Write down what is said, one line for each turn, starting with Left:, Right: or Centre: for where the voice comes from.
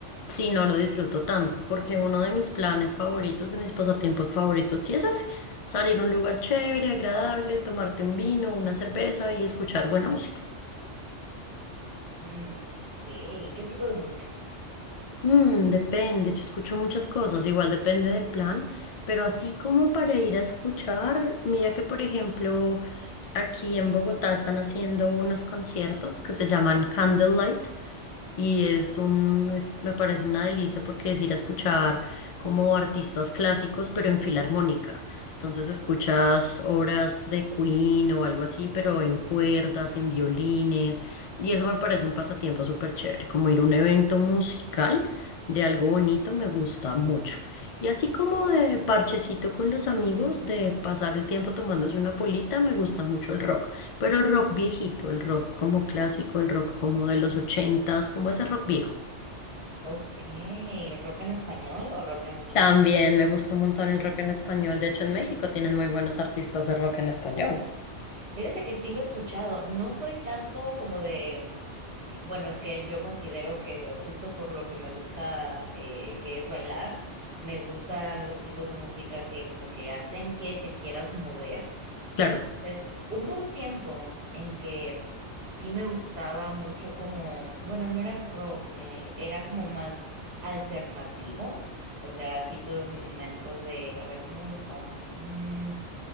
Left: sí no lo disfruto tanto, porque uno de mis planes favoritos, de mis pasatiempos favoritos, sí es así, salir a un lugar chévere, agradable, tomarte un vino, una cerveza y escuchar buena música.
Right: Mm, ok. ¿Qué tipo de música?
Left: Mm, depende, yo escucho muchas cosas, igual depende del plan, pero así como para ir a escuchar, mira que por ejemplo aquí en Bogotá están haciendo unos conciertos que se llaman Candlelight. Y es un, es- me parece una delicia porque es ir a escuchar como artistas clásicos, pero en filarmónica. Entonces escuchas obras de Queen o algo así, pero en cuerdas, en violines. Y eso me parece un pasatiempo súper chévere. Como ir a un evento musical de algo bonito me gusta mucho. Y así como de parchecito con los amigos, de pasar el tiempo tomándose una polita, me gusta mucho el rock. Pero el rock viejito, el rock como clásico, el rock como de los ochentas, como ese rock viejo.
Right: Ok, ¿rock en español o rock en inglés?
Left: También me gusta un montón el rock en español. De hecho, en México tienen muy buenos artistas de rock en español.
Right: Fíjate que sí lo he escuchado. No soy tanto como de, Bueno, es que yo considero que justo por lo que me gusta eh, que es bailar, me gustan los tipos de música que como que hacen que te quieras mover.
Left: Claro.
Right: Entonces, hubo un tiempo en que sí me gustaba mucho como, bueno, no era rock, eh, era como más alternativo. O sea, sí tuve mi momento de, a ver, ¿qué me gustaba? Mm,